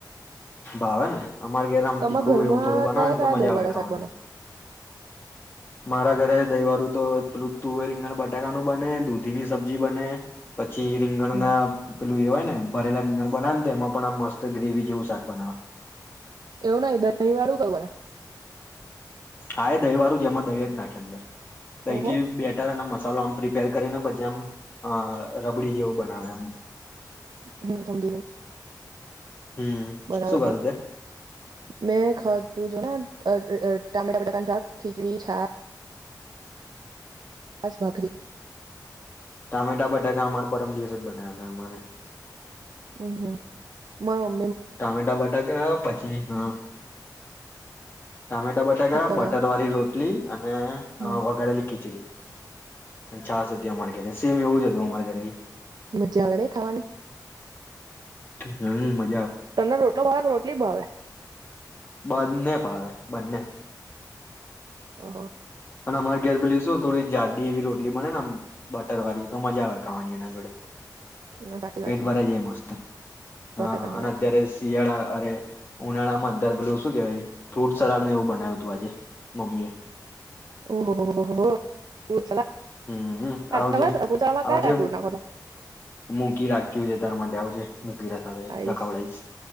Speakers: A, on the left; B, on the right.
A: ભાવે ને. અમારે ઘેરે આમ
B: તમારા
A: તીખું
B: ઘરમાં
A: એવું થોડું બનાવે
B: કયા
A: ને
B: કયા
A: તો મજા
B: દહીં
A: આવે
B: વાળા
A: ખાવાની.
B: શાક બને?
A: મારા ઘરે દઈ વારુ તો પેલું તુવે રીંગણ બટાકાનું બને, દૂધી ની સબ્જી બને, પ છી રીંગણ
B: હમ
A: ના પેલું એ હોય ને ભરેલા રીંગણ બનાવે ને તો એમાં પણ આમ મસ્ત ગ્રેવી જેવું શાક બનાવા
B: એવું નહી દહીં વાળું કઈ બને?
A: હા એ દહી વારું જેમાં દહી જ નાખે અંદર. તઈથી
B: ઓહો
A: બેટર અને મસ ચાલો આમ પ્રિપેર કરીને પછી આમ અહ રબડી જેવું બનાવે આમ.
B: હમ્મ, સમજી લેઇ.
A: હમ
B: બરાબર
A: શું કતું તે
B: મેં ખાધું જો ને આન અહ અહ ટમેટા બટા શાક, ખિચડી, છા પાસ ભાકરી.
A: ટામેટા બટાકા અમારા પરમ દિવસ જ બના્યા હતા અમારે.
B: અમ્મ હમ્મ. મ
A: ટામેટા બટેકા હા પછી હા ટામેટા બટાકા
B: મસ્ત બનાવે.
A: બટર વાળી રોટલી અને
B: હમ
A: અહ વઘારેલી ખીચડી. પેલી છાશ હતી અમારે ઘરે સેમ એવું જ હતું અમારા ઘરે ઈ.
B: મજા આવે નહી ખાવાની?
A: હમ્મ. મ
B: તને રોટલો ભાવે કે રોટલી ભાવે?
A: બંને ભાવે બંને.
B: હા, હા.
A: અને અમારે ઘેર પેલી શું થોડી જાડ્ડી એવી રોટલી બને ને આમ બટર વાળી તો મજા આવે ખાવાની એના જોડે.
B: ના સાચી
A: પેટ
B: વાત છે
A: ભરાઈ જાય મસ્ત.
B: સો
A: હા,
B: ટકાની
A: અને
B: વાત
A: અત્યારે
B: છે.
A: શિયાળા અરે ઉનાળામાં <unintelligible> શું કેવાય? ફ્રૂટ સલાડ ને એવું બનાયું તું આજે, મમ્મી એ.
B: ઓહ હો, હો, હો ફ્રૂટ સલાડ
A: હમ્મ-હમ્મ આવજે-આવજે,
B: તમે ફ્રૂટ સલાડમાં કયા કયા ફ્રૂટ નાખો છો?
A: મૂકી રાખ્યું છે તાર માટે આવજે. મૂકી રખાવાય
B: આઈસ
A: રખાવડાઈશ.